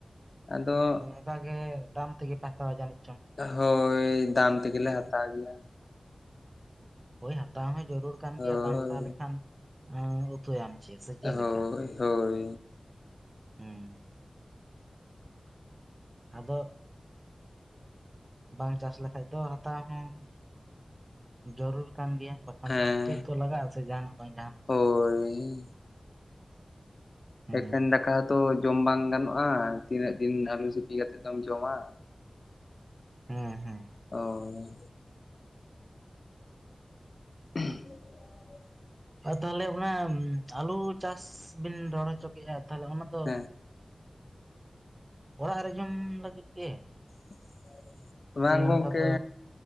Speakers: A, on the left; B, on the right.
A: ᱟᱫᱚ
B: ᱚᱱᱠᱟ ᱜᱮ ᱫᱟᱢ ᱛᱮᱜᱮ ᱯᱮ ᱦᱟᱛᱟᱣᱟ ᱡᱟᱹᱱᱤᱡ ᱪᱚᱝ?
A: ᱦᱳᱭ ᱫᱟᱢ ᱛᱮᱜᱮ ᱞᱮ ᱦᱟᱛᱟᱣ ᱜᱮᱭᱟ ᱾
B: ᱦᱳᱭ ᱦᱟᱛᱟᱣ ᱦᱚᱸ ᱡᱟᱹᱨᱩᱲ ᱠᱟᱱ
A: ᱦᱳᱭ
B: ᱜᱮᱭᱟ ᱵᱟᱝ ᱦᱟᱛᱟᱣ ᱞᱮᱠᱷᱟᱱ ᱩᱸ ᱩᱛᱩᱭ ᱟᱢ ᱪᱮᱫ ᱥᱮ ᱪᱮᱫ
A: ᱦᱳᱭ
B: ᱞᱮᱠᱟ?
A: ᱦᱳᱭ
B: ᱦᱩᱸ ᱾ ᱟᱫᱚ ᱵᱟᱝ ᱪᱟᱥ ᱞᱮᱠᱷᱟᱡ ᱫᱚ ᱦᱟᱛᱟᱣ ᱦᱚᱸ ᱡᱟᱹᱨᱩᱲ ᱠᱟᱱ ᱜᱮᱭᱟ ᱾ ᱮᱠᱷᱟᱱ
A: ᱦᱮᱸ
B: ᱫᱚ ᱩᱛᱩ ᱛᱚ ᱞᱟᱜᱟᱜᱼᱟ ᱥᱮ ᱡᱟᱦᱟᱱᱟᱜ ᱵᱟᱝ ᱡᱟᱦᱟᱱᱟᱜ ᱾
A: ᱦᱳᱭ ᱾ <unintelligible>
B: ᱦᱮᱸ
A: ᱮᱠᱷᱮᱱ ᱫᱟᱠᱟ ᱦᱚᱸᱛᱚ ᱡᱚᱢ ᱵᱟᱝ ᱜᱟᱱᱚᱜᱼᱟ ᱾ ᱛᱤᱱᱟᱹᱜ ᱫᱤᱱ ᱟᱞᱩ ᱥᱤᱯᱤ ᱠᱟᱛᱮᱫ ᱫᱚᱢ ᱡᱚᱢᱟ?
B: ᱦᱮᱸ ᱦᱮᱸ
A: ᱦᱳᱭ <unintelligible>
B: ᱟᱨ ᱛᱟᱦᱚᱞᱮ ᱚᱱᱟ ᱟᱞᱩ ᱪᱟᱥ ᱵᱤᱱ ᱨᱚᱦᱚᱭ ᱦᱚᱪᱚ ᱠᱮᱫᱼᱟ ᱛᱟᱦᱚᱞᱮ ᱚᱱᱟ ᱫᱚ
A: ᱦᱮᱸ
B: ᱚᱲᱟᱜ ᱨᱮ ᱡᱚᱢ ᱞᱟᱹᱜᱤᱫ ᱜᱮ?
A: <unintelligible>
B: ᱥᱮ
A: ᱜᱚᱝᱠᱮ,
B: ᱚᱱᱠᱟ ᱫᱚ